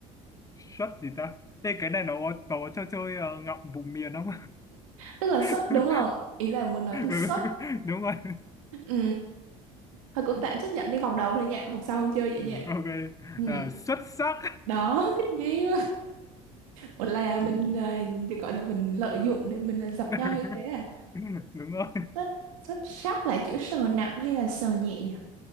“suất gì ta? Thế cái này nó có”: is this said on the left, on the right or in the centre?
Left